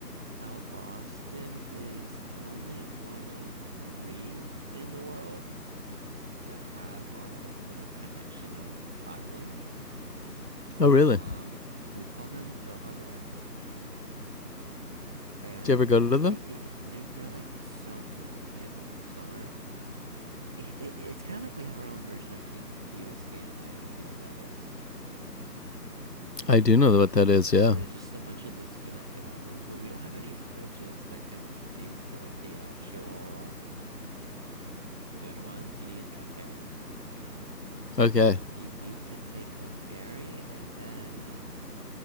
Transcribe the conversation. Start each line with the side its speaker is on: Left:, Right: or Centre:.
Centre: How Boston is only one of three in the world that have our like little connection of islands.
Left: Oh, really?
Centre: Um, we call them the Harbor Islands, and
Left: Do you ever go
Centre: uh,
Left: to them?
Centre: it, it, they're they're like so convenient in the summer. It, it, it's kind of like we have our own version of Key Key Biscayne in Miami, if you know what that is.
Left: I do know what that is. Yeah.
Centre: There's just a bunch of disconnected islands, but we don't have any bridges that connect you to like the actual good ones. You need to take a ferry.
Left: Okay.
Centre: You need to take a ferry and then